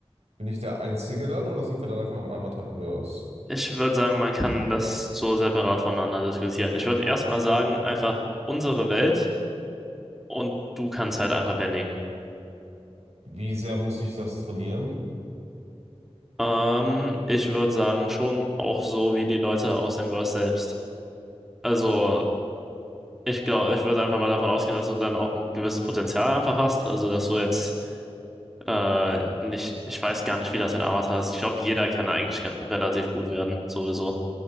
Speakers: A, on the right; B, in the centre.
A: bin ich der Einzige dann oder sind wir dann einfach im Avatarverse?
B: Ich würde sagen, man kann das so separat voneinander diskutieren. Ich würde erstmal sagen, einfach unsere Welt und du kannst halt einfach bändigen.
A: Wie sehr muss ich das trainieren?
B: Ähm, ich würde sagen, schon auch so wie die Leute aus dem Verse selbst. Also, ich glaube, ich würde einfach mal davon ausgehen, dass du dann auch ein gewisses Potenzial einfach hast. Also, dass du jetzt Äh, nicht, ich weiß gar nicht, wie das in Avatar ist. Ich glaube, jeder kann eigentlich gan- relativ gut werden, sowieso.